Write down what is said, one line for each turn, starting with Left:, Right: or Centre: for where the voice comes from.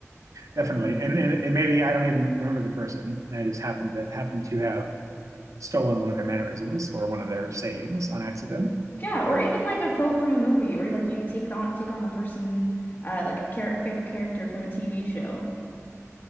Right: definitely. And, and and maybe I don't even remember the person, and I just happened to happen to have stolen one of their mannerisms or one of their sayings on accident.
Left: Yeah,
Right: Or
Left: or even like a quote from a movie, or like you take on take on the person, uh, like a, char a favorite character from a TV show.